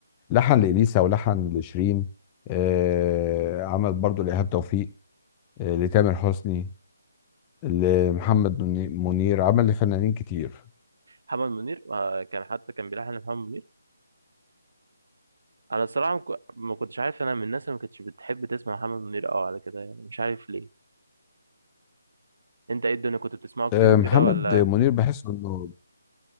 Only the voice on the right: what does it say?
محمد منير آه كان حتى كان بيلحن محمد منير انا الصراحه ما كو- ما كنتش عارف انا من الناس اللي ما كنتش بتحب تسمع محمد منير اه على كده يعني مش عارف ليه انت ايه الدنيا كنت بتسمعه كتير
وكده
ولا